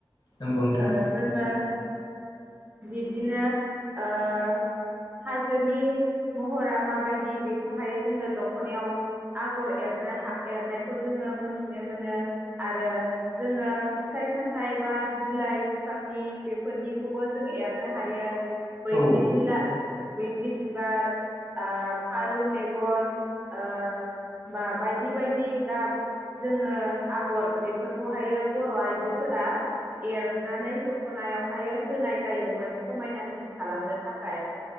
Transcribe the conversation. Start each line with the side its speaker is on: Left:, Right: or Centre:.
Left: नंगौ नोंथां
Right: ओ जोङो बिब्दिनो ओ हाजोनि महरा माबायदि बेखौहाय जोङो दख'नायाव आगर एरनो हा एरनायखौ जोङो मोनथिनो मोनो आरो जोङो फिथाइ सामथाइ बा बिलाइ फिफांनि बेफोरनिखौबो जों एरनो हायो। बैग्रि
Left: औ
Right: बिला बैग्रि बिबार ओ फारौ मेगन ओ बा बायदि बायदि गाब जोङो आगर बेफोरखौहायो बर' आइजोफोरा एरनानै दखनायावहाय होनाय जायोमोन समायनासिन खालामनो थाखाय।